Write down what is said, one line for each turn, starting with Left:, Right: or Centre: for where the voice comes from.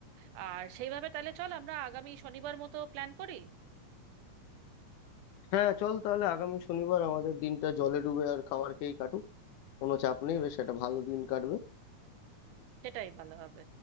Right: আর সেইভাবে তাহলে চল আমরা আগামী শনিবার মতো প্ল্যান করি
Left: হ্যাঁ চল তাহলে আগামী শনিবার আমাদের দিনটা জলে ডুবে আর খাবার খেয়েই কাটুক কোনো চাপ নেই বেশ একটা ভালো দিন কাটবে
Right: সেটাই ভালো হবে